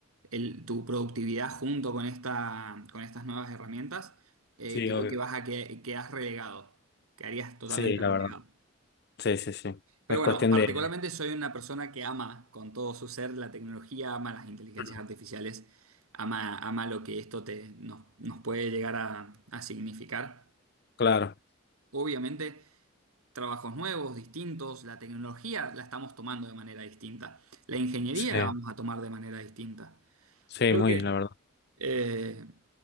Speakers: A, on the right (about 85°); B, on the left (about 50°).
A: el- tu productividad junto con esta, con estas nuevas herramientas, eh,
B: Sí,
A: creo
B: obvio.
A: que vas a que, quedás relegado, quedarías totalmente
B: Sí, la
A: relegado.
B: verdad. Sí, sí, sí.
A: Pero
B: Es
A: bueno,
B: cuestión
A: particularmente
B: de...
A: soy una persona que ama con todo su ser la tecnología, ama las inteligencias
B: <clears throat>
A: artificiales, ama, ama lo que esto te, nos, nos puede llegar a, a significar.
B: Claro.
A: Obviamente, trabajos nuevos, distintos, la tecnología la estamos tomando de manera distinta, la ingeniería
B: Sí,
A: la vamos a tomar de manera distinta.
B: sí,
A: Creo
B: muy,
A: que,
B: la verdad.
A: eh,